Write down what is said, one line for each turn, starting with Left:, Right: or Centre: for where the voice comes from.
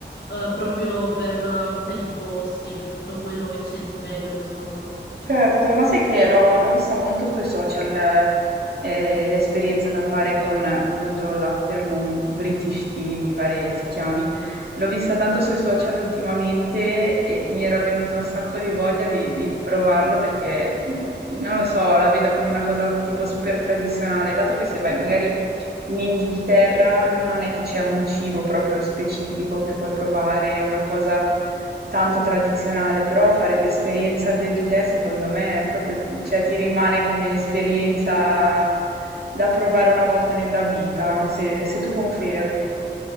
Left: eh, proprio per, per i posti e per tutto quello che c'è di bello, insomma.
Right: Certo, ma sai che l'ho l'ho vista molto sui social, eh, l'esperienza da fare con appunto l'afternoon British Tea, mi pare si chiami. L'ho vista tanto sui social ultimamente e mi era venuta un sacco di voglia di, di provarlo perché, mh, non lo so, la vedo come una cosa tipo super tradizionale, dato che se vai magari in Inghilterra non è che c'è un cibo proprio specifico che puoi provare, una cosa tanto tradizionale, però fare l'esperienza del tè secondo me è proprio, cioè ti rimane come esperienza da provare una volta nella vita, se, se tu confermi.